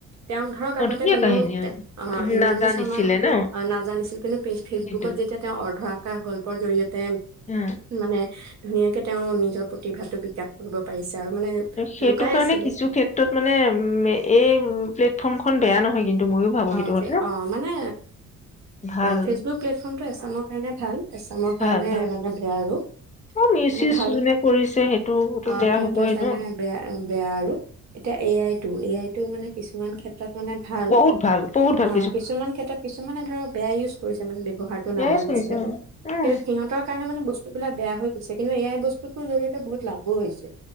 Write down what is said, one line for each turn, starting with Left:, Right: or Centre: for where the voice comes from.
Right: তেওঁক ধৰক
Left: অ
Right: আগতে
Left: ধুনীয়া
Right: কোনেও
Left: কাহিনী অ
Right: অহ ইন্দ্ৰাণী
Left: নাজানিছিলে
Right: শৰ্মা
Left: ন
Right: নাজানিছিল কিন্তু পে ফেচবুকত
Left: সেইটো
Right: যেতিয়া তেওঁ অৰ্ধৰা এটা গল্পৰ জৰিয়তে তে
Left: অ
Right: মানে ধুনীয়াক কে তেওঁ নিজৰ প্ৰতিভাতো বিকাশ কৰিব পাৰিছে আৰু মানে
Left: সেইটো
Right: লুকাই
Left: কাৰণে
Right: আছিলে
Left: কিছু ক্ষেত্ৰত মানে উম এই প্লেটফৰ্মখন বেয়া নহয় কিন্তু ময়ো ভাবো
Right: অ
Left: সেইটো
Right: ফে
Left: কথা
Right: অ মানে
Left: ভাল
Right: ফেচবুক প্লেটফৰ্ম এছামৰ কাৰণে ভাল এছামৰ কাৰণে
Left: ভাল ভাল
Right: মানে বেয়া আৰু
Left: অ মিউজ
Right: মানে
Left: চিউজ
Right: ভাল
Left: যোনে কৰিছে সেইটো টো
Right: অ
Left: বেয়া
Right: সিহতৰ
Left: হবই
Right: কাৰণে
Left: ন
Right: বেয়া বেয়া আৰু এতিয়া A I two A I মানে কিছুমান ক্ষেত্ৰত তাত মানে ভাল
Left: বহুত ভাল বহুত ভাল
Right: অ কিছুমান ক্ষেত্ৰত কিছুমানে ধৰ বেয়া ইউজ কৰিছে মানে ব ব্যৱহাৰটো নাজানিছে
Left: এয়াই কৰিছে অ',
Right: কি
Left: উম
Right: কিন্তু সিহঁতৰ কাৰণে মানে বস্তুবিলাক বেয়া হৈ গৈছে কিন্তু এ আই বস্তুটোৰ জৰিয়তে বহুত লাভো হৈছে